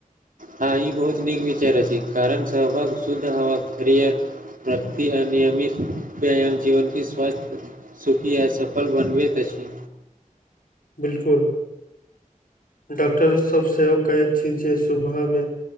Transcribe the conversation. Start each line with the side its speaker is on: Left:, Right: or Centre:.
Right: हँ ई बहुत नीक विचार अछि कारण सहभाग शुद्ध ह खरियर प्रकति अनियमित व्यायाम जीवन क स्वास्थ सुखी या सफल बनबैत अछि
Left: बिल्कुल डॉक्टर सब सेहो कहैत छी जे सुबहमे